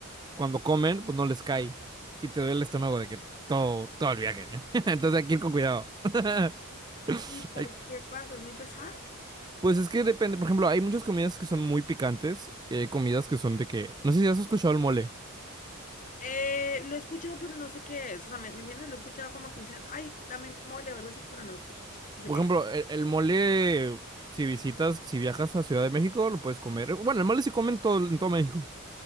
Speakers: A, on the right (about 20°); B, on the left (about 35°).
A: cuando comen, pues no les cae y te duele el estómago de que todo, todo el viaje. <laughs> Entonces hay que ir con cuidado. <laughs>
B: ¿Y por
A: Hay que-
B: qué pasa? ¿Es muy pesada?
A: Pues es que depende, por ejemplo, hay muchas comidas que son muy picantes y hay comidas que son de que, no sé si has escuchado el mole.
B: Eh, lo he escuchado, pero no sé qué es. O sea, ¿me, me entiendes? Lo he escuchado como que dicen, ay, dame mole o algo así, pero no escucho, no sé
A: Por
B: qué
A: ejemplo,
B: es.
A: el, el mole, si visitas, si viajas a Ciudad de México, lo puedes comer. Bueno, el mole se come en todo, en todo México.